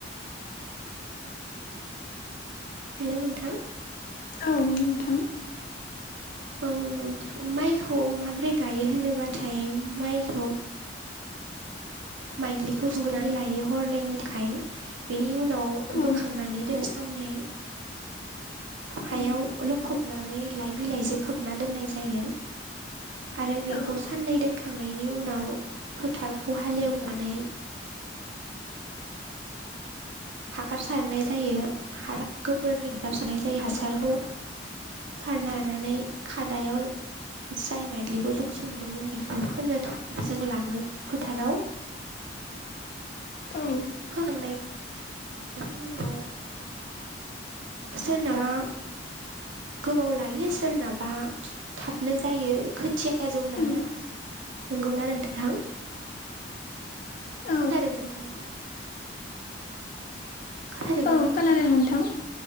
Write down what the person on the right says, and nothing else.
हेल' नोंथां।
औ नोंथां माइखौ माबोरै गायो होनोबाथाय माइखौ माइदलिखौ सुंगोननानै लायो हरनैनि थाखाय बेनि उनाव
बोखांनानै दोनो सा साननै हायाव
लखबनानै लाइ बिलाइजों खोबना दोननाय जायो। आरो बेखौ
साननै दोनखांनायनि उनाव फोथारखौ हालेव नानै हाखार सारनाय जायो <unintelligible> गोबोरनि सारनाय जायो हासारखौ सारना नानै खादायाव जाय माइदलिखौ जों सोमदोंमोन बेखौ फोनो जों लाङो फोथाराव। <unintelligible>
फोखांनाय नि उनाव सोरनाबा गोबाव लायो सोरनाबा थाबनो जायो खोथिया जौनाया।
नंगौना नोंथां?
खोनादोंना नोंथाङा? खोनादोंना
नोंथाङा